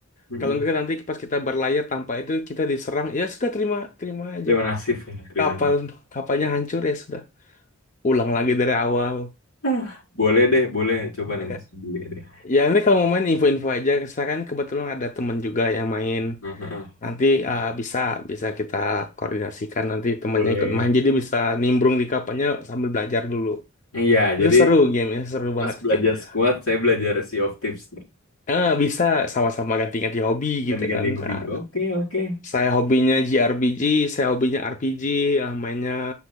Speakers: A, on the left (about 85°); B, on the left (about 35°).
A: Hmm.
B: Kalau enggak nanti pas kita berlayar tanpa itu kita diserang. Ya sudah terima terima aja.
A: terima kasih ya terima
B: Kapal
A: kasih
B: kapalnya hancur ya sudah. Ulang lagi dari awal.
A: Ah. boleh deh boleh coba
B: Ya.
A: nanti saya beli deh
B: Ya nanti kalau mau main info-info aja, saya kan kebetulan ada temen juga yang main.
A: Heeh.
B: Nanti eh, bisa bisa kita koordinasikan nanti temannya
A: boleh
B: ikut main, jadi bisa nimbrung di kapannya sambil belajar dulu.
A: iya
B: Itu
A: jadi
B: seru gamenya, seru
A: Mas
B: banget
A: belajar
B: gamenya.
A: squat saya belajar Sea of Tips nih
B: Eh bisa sama-sama ganti-ganti hobi
A: ganti-ganti
B: gitu kan.
A: hobi
B: Nah,
A: oke oke
B: saya hobinya j r p g saya hobinya r RPG, ah, mainnya